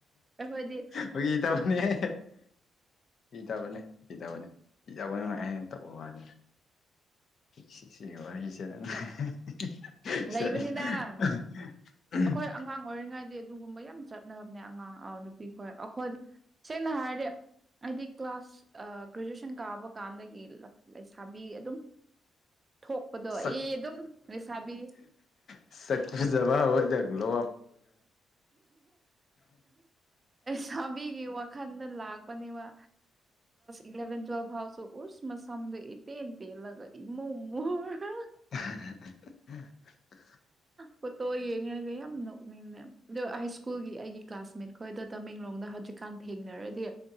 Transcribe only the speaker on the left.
ꯐꯥꯒꯤ ꯇꯧꯕꯅꯦꯍꯦ꯫ ꯏꯤꯗꯕꯅꯤ ꯏꯤꯗꯕꯅꯤ ꯏꯤꯗꯕ ꯅꯨꯡꯉꯥꯏ ꯍꯥꯏꯅ ꯇꯧꯕ ꯋꯥꯅꯤ꯫ ꯁꯤ ꯁꯤꯒꯤ ꯋꯥꯔꯤꯁꯦ꯫ <unintelligible>
ꯁꯛ
ꯁꯛꯄꯨ ꯕ ꯑꯣꯏ ꯖꯒꯂꯣ
<inaudible>